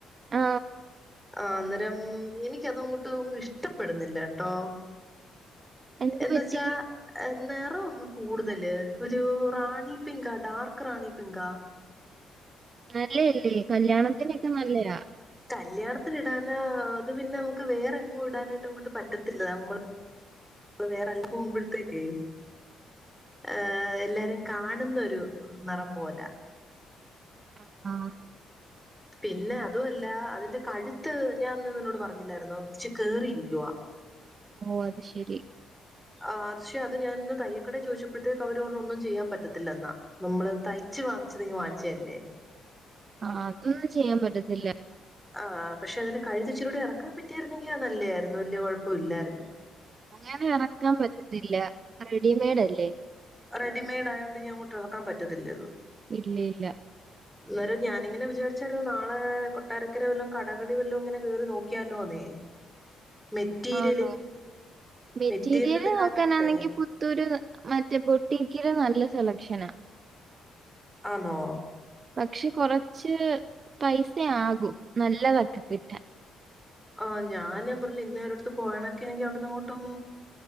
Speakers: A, on the right (about 45°); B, in the centre.
A: ആ
B: ആ അന്നേരം എനിക്ക് അതങ്ങോട്ട് അങ്ങ് ഇഷ്ടപ്പെടുന്നില്ല കെട്ടോ
A: എന്ത്
B: എന്ന്
A: പറ്റി?
B: വെച്ചാ നിറംഅങ്ങ് കൂടുതല് ഒരു റാണി പിങ്കാ ഒരു ഡാർക്ക് റാണി പിങ്കാ
A: നല്ലല്ലേ കല്യാണത്തിനെക്കെ നല്ലയാ
B: കല്യാണത്തിന് ഇടാനാ അത് പിന്നെ നമുക്ക് വേറെങ്ങും ഇടാനായിട്ട് അങ്ങോട്ട് പറ്റത്തില്ല നമ്മ മ്മള് വേറെല്ലാ പോകുമ്പഴത്തേക്കേ ഏ എല്ലാരും കാണുന്നൊരു നിറം പോലാ
A: ആ ആ
B: പിന്നെ അതുമല്ല അതിന്റെ കഴുത്ത് ഞാൻ അന്ന് നിന്നോട് പറഞ്ഞില്ലായിരുന്നോ ഇച്ചിരി കേറിയിരിക്കുവാ
A: ഓ അത് ശരി
B: ആ അത്ക്ഷേ അത് ഞാനന്ന് തയ്യക്കടെ ചോദിച്ചപ്പോഴത്തേക്ക് അവര് പറഞ്ഞു ഒന്നും ചെയ്യാൻ പറ്റത്തില്ലെന്നാ നമ്മള് തയ്ച്ച് വാ വാങ്ങിച്ചത് ഇങ്ങു വാങ്ങിച്ചതല്ലേ
A: ആ അതൊന്നും ചെയ്യാൻ പറ്റത്തില്ല
B: ആഹ് പക്ഷെ അതിന്റെ കഴുത്ത് ഇച്ചിരികൂടെ എറക്കാൻ പറ്റിയായിരുന്നെങ്കിൽ അത് നല്ല ആയിരുന്നു വലിയ കൊ ഴപ്പമില്ലായിരുന്നു
A: അങ്ങനെ എറക്കാൻ പറ്റത്തില്ല റെഡിമെയഡ് അല്ലേ
B: റെഡിമെയ്ഡ് ആയോണ്ട് ഇനി അങ്ങോട്ട് എറക്കാൻ പറ്റത്തില്ലേ അത്
A: ഇല്ല ഇല്ല
B: അന്നേരം ഞാനിങ്ങനെ വിചാരിച്ചാരുന്നു നാളെ കൊ കൊട്ടാരക്കരവല്ലോ കടകളിൽ വല്ലോ ഇങ്ങനെ കേറി നോക്കിയാലോ എന്നേ മെറ്റീരിയല്
A: ആന്നോ? മെറ്റീരിയല്
B: മെറ്റീരിയൽ എടുക്കാനായിട്ടെ
A: നോക്കാനാന്നെങ്കി പുത്തൂര് മറ്റേ ബൊട്ടിക്കില് നല്ല സെലക്ഷനാ
B: ആണോ
A: പക്ഷെ കൊറച്ച് പൈസയാകും നല്ലതെക്കെ കിട്ടാൻ
B: ആ ഞാനമ്പറിഞ്ഞില്ലേ ഇന്നേ ഒരിടത്ത് പോകണങ്കി എനിക്ക് അവിടുന്ന് അങ്ങോട്ടും